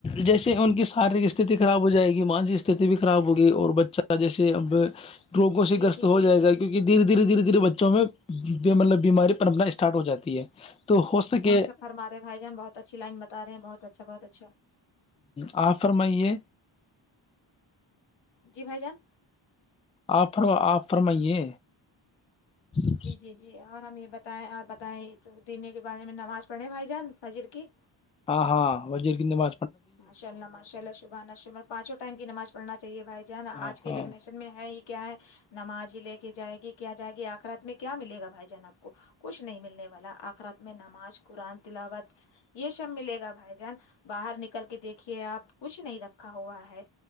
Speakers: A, on the left (about 15°); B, on the left (about 70°).
A: جیسے ان کی شارییرک استھھی خراب ہو جائے گی مانسک استھھی بھی خراب ہوگی اور بچہ جیسے اب روگوں سے
B: جی
A: گرست
B: جی
A: ہو
B: جی
A: جائے گا کیونکہ دھیرے دھیرے دھیرے دھیرے بچوں میں ب مطلب بیماری پرنپنا اسٹارٹ ہو جاتی ہے تو ہو سکے
B: فمارے بھائیان بہت اچھی لائن بتا رہ ہیں بہت اچھا بہت اچھا
A: ہ آفر میں یہ
B: جی بھائی جان
A: آ فر آپ فرمائیے ہ
B: جی جی جی اور ہم یہ بتائیں اور بتائیں تو دینی کے بارے میں نماز پڑھیں بھائی جان فجر کی
A: ہاں ہاں وزیر کنے با
B: ماشاء اللہ ماشاء اللہ شبح ن شم پانچوں ٹائم کی نماز پڑنا چاہیے بھائی جان آج
A: ہاں
B: کے
A: ہاں
B: جنریشن میں ہے ہی کیا ہے نماز ہی لے کے جائے گی کیا جائے گی آخرت میں کیا ملے گا بھائی جان آپ کو کچھ نہیں ملنے والا آخرت میں نماز قرآن تلاوت یہ شب ملے گا بھائی جان باہر نکل کر کے دیکھیے آپ کچھ نہیں رکھا ہوا ہے